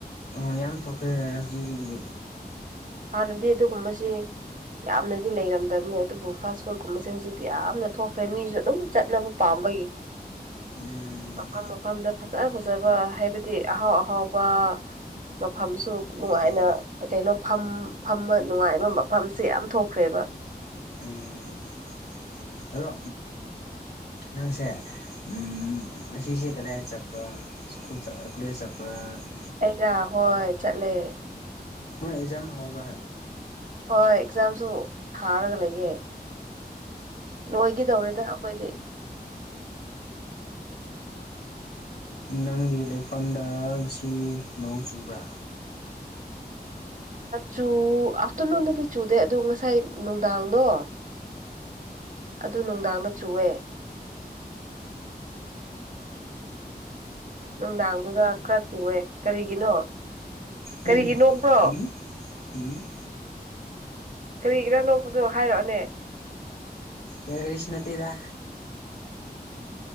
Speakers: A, on the left; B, on the right.
A: ꯑꯣ ꯌꯥꯝ ꯊꯣꯛꯈ꯭ꯔꯦ ꯍꯧꯖꯤꯛ ꯍꯧꯖꯤꯛꯀꯤꯗꯤ
B: ꯍꯥꯟꯅꯗꯤ ꯑꯗꯨꯒꯨꯝꯕꯁꯤ ꯌꯥꯝꯅꯗꯤ ꯂꯩꯔꯝꯗꯕꯅꯦ ꯑꯗꯨꯕꯨ ꯐꯥꯁ ꯐꯨꯗꯀꯨꯝꯕꯁꯦ ꯍꯧꯖꯤꯛꯇꯤ ꯌꯥꯝꯅ ꯊꯣꯛꯈ꯭ꯔꯦ ꯃꯤꯁꯨ ꯑꯗꯨꯝ ꯆꯠꯅꯕ ꯄꯥꯝꯕ
A: ꯎꯝ
B: ꯃꯐꯝ ꯃꯐꯝꯗ ꯐꯖ ꯐꯖ ꯐꯖꯕ ꯍꯥꯏꯕꯗꯤ ꯑꯍꯥꯎ ꯑꯍꯥꯎꯕ ꯃꯐꯝꯁꯨ
A: ꯎꯝ
B: ꯅꯨꯡꯉꯥꯏꯅ ꯀꯩꯅꯣ ꯐꯝ ꯐꯝꯕ ꯅꯨꯡꯉꯥꯏꯕ ꯃꯐꯝꯁꯦ ꯌꯥꯝ ꯊꯣꯛꯈ꯭ꯔꯦꯕ
A: ꯎꯝ ꯑꯗꯣ ꯅꯪꯁꯦ ꯎꯝ ꯁꯤꯁꯤꯦ ꯀꯗꯥꯏ ꯆꯄ꯭ꯔꯨ ꯆ ꯀꯨꯂ ꯆꯄꯂ
B: ꯑꯩꯔꯥ ꯍꯣꯏ ꯆꯠꯂꯦ
A: ꯅ ꯑꯦꯛꯖꯥꯝ ꯍꯧꯥꯎꯔ
B: ꯍꯣꯏ ꯑꯦꯛꯖꯥꯝꯁꯨ ꯊꯥꯔꯒ ꯂꯩꯌꯦꯦ ꯂꯣꯏꯒꯤꯗꯧꯔꯤꯗ ꯑꯩꯈꯣꯏꯗꯤ
A: ꯅꯪꯒꯤ ꯂꯩꯐꯝꯗ ꯉ ꯁꯤ ꯅꯣꯡ ꯆꯨꯕ꯭ꯔꯥ
B: ꯆꯨ ꯑꯥꯐꯇꯔꯅꯨꯟꯗꯗꯤ ꯆꯨꯗꯦ ꯑꯗꯨ ꯉꯁꯥꯏ ꯅꯨꯡꯗꯥꯡꯗꯣ ꯑꯗꯨ ꯅꯨꯡꯗꯥꯡꯗ ꯆꯨꯑꯦ ꯅꯨꯡꯗꯥꯡꯗꯨꯗ ꯈꯔ ꯆꯨꯑꯦ ꯀꯔꯤꯒꯤꯅꯣ ꯀꯔꯤꯒꯤ
A: ꯎꯝ
B: ꯅꯣꯛꯄ꯭ꯔꯣ
A: ꯎꯝ
B: ꯀꯔꯤꯒꯤꯔꯥ ꯅꯣꯛꯄꯗꯣ ꯍꯥꯏꯔꯛꯑꯣꯅꯦ
A: ꯀ꯭ꯔꯤꯁꯅ ꯇꯗ